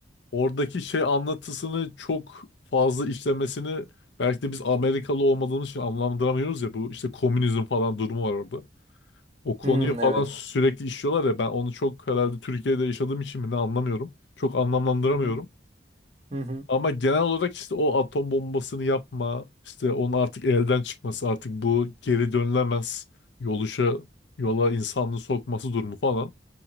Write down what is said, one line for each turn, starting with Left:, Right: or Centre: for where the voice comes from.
Left: oradaki şey anlatısını çok fazla işlemesini belki de biz Amerikalı olmadığımız için anlamlandıramıyoruz ya bu işte komünizm falan durumu var orada. O konuyu
Right: Hmm, evet.
Left: falan sürekli işliyorlar ya ben onu çok herhalde Türkiye'de yaşadığım için mi ne anlamıyorum. Çok anlamlandıramıyorum.
Right: Hı hı. Hı hı.
Left: Ama genel olarak işte o atom bombasını yapma, işte onun artık elden çıkması, artık bu geri dönülemez yoluşa, yola insanlığı sokması durumu falan.